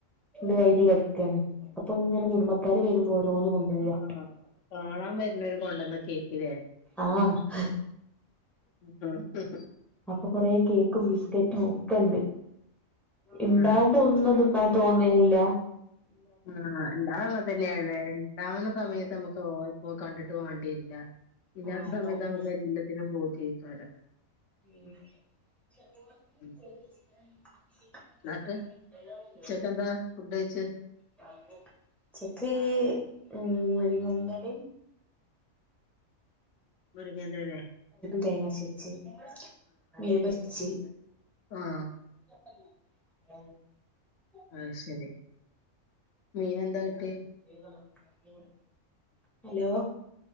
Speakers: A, in the centre; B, on the left.
A: <unintelligible> കഴിഞ്ഞ് കെട്ക്കാണ്. അപ്പൊ ഇങ്ങനെ കുടുംബ ക്കാര് വെരുമ്പോ ഓരോന്ന് കൊണ്ടെരാ.
B: ആഹ് കാണാൻ വരുന്നോര് കൊണ്ടന്ന കേക്കില്ലേ
A: ആ <unintelligible>
B: ആ <unintelligible>
A: അപ്പൊ കൊറേ കേക്കും, ബിസ്കറ്റും ഒക്കെ ഇണ്ട്. ഇണ്ടാവുമ്പോ
B: ആഹ്
A: ഒന്നും തിന്നാൻ തോന്നേല്ല.
B: ആ. ണ്ടാവുമ്പോ അങ്ങൻതന്നെണ്. ഇണ്ടാവണ സമയത്ത് നമ്മുക്ക് <unintelligible> ഓ കണ്ടിട്ട് വാണ്ടിര്ല. ഇലാത്ത
A: ആഹ് അതാണ്
B: സമയത്ത് നമുക്ക് എല്ലാത്തിനും പൂതിയെയ്ക്കാരം.
A: ഉം. <unintelligible>
B: ഉം ന്നട്ട് ഉച്ചക്കെന്താ ഫുഡ് കഴിച്ച്
A: <unintelligible> ഉച്ചക്ക് ഉം മുരിങ്ങന്റെലിം
B: മുരിങ്ങന്റെലയാ
A: തേങ്ങരച്ച്വെച്ച് മീൻ പൊരിച്ച്
B: ആം
A: <inaudible>
B: അയ് ശരി. മീനെന്തെയിടെ?
A: <unintelligible> Hello?